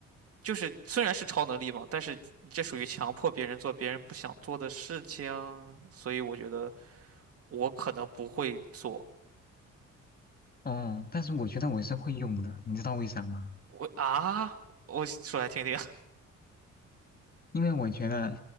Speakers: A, on the right; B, on the left.
A: 就是虽然是超能力嘛，但是你这属于强迫别人做别人不想做的事情，所以我觉得我可能不会做。
B: 哦，但是我觉得我是会用的，你知道为啥吗？
A: 我啊，我说来听听。
B: 因为我觉得，